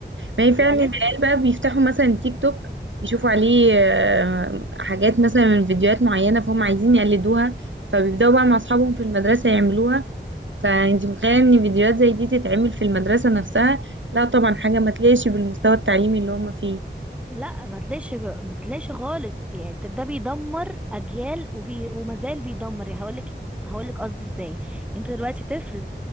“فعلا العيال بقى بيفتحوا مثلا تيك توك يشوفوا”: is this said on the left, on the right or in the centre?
Right